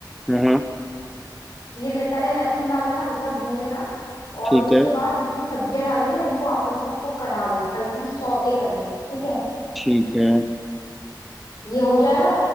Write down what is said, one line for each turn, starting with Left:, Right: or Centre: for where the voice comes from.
Centre: हाँ हाँ
Left: ये ले, पहले लहसुन डाल लेना हल्का भून लेना और
Centre: ठीक
Left: उसके
Centre: है
Left: बाद जितनी सब्जियां डाली ना इनको आपस में सबको करा लो हल्की सी सौते करनी है ठीक है
Centre: ठीक है
Left: ये हो जाएगा